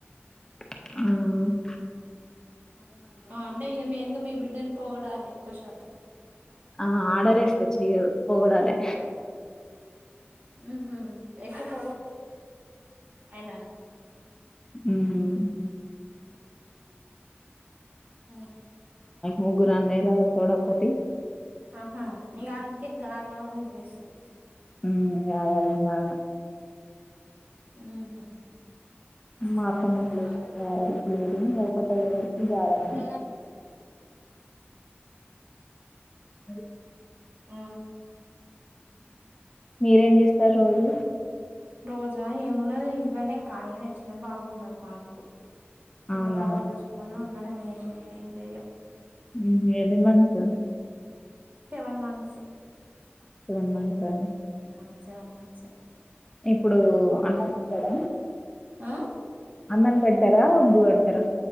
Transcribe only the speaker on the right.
ఆ <unintelligible> బిడ్డన్ పొగడాలి ఎక్కువ శాతం
ఉహు అక్ <unintelligible> అయన
హ హ
ఆహా ఇంకా అందుకేగా గారాబం చేస్తది
ఉహు
అ
అదే
ఇంత
ఆ
రోజా ఏమున్నది ఇంట్లోనే ఖాళీగానే చిన్న బాబు ఉన్నాడు మాకు చిన్న
బాబును చూసుకున్న ఉన్నట్ అమే ఎంజేయం
Seven months.
ఆ సెవెన్ మంత్స్ ఏ
ఆ